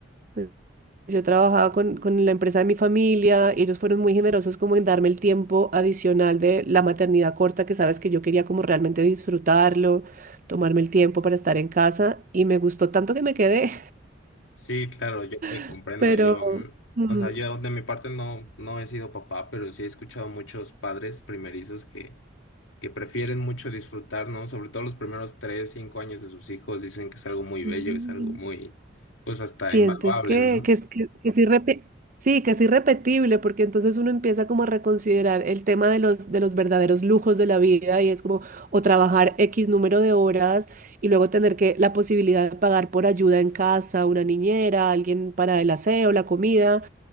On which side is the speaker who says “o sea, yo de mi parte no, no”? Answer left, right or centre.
Left